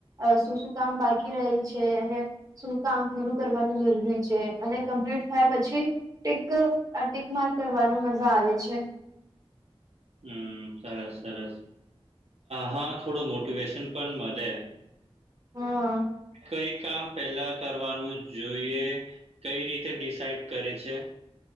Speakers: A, on the right (about 35°); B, on the right (about 80°).
A: આ શું શું કામ બાકી રહે છે, અને શું કામ પૂરું કરવાનું જરૂરી છે, અને કમ્પ્લીટ થાય પછી ટીક અ ટીક માર્ક કરવાનું મજા આવે છે.
B: હમ સરસ સરસ હા થોડો મોટિવેેશન પણ મલે
A: હા.
B: કઈ કામ પેલા કરવાનું જોઈએ કઈ રીતે ડિસાઇડ કરે છે.